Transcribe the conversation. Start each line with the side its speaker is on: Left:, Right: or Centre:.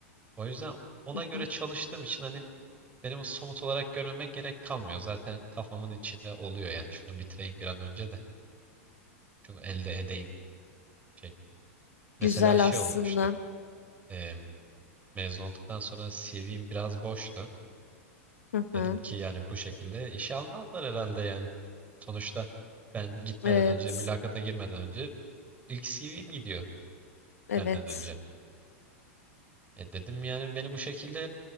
Right: O yüzden ona
Left: Hı
Right: göre
Left: hı.
Right: çalıştığım için hani benim o somut olarak görmeme gerek kalmıyor. Zaten kafamın içinde oluyor yani. Şunu bitireyim bir an önce de. Şunu elde edeyim. Şey. Mesela
Left: Güzel
Right: şey
Left: aslında.
Right: olmuştu. E, mezun olduktan sonra CV'm biraz boştu.
Left: Hı
Right: Dedim
Left: hı.
Right: ki yani bu şekilde işe almazlar herhalde yani. Sonuçta ben gitmeden
Left: Evet.
Right: önce, mülakata girmeden önce ilk CV'm gidiyor
Left: Evet.
Right: benden önce. E dedim yani beni bu şekilde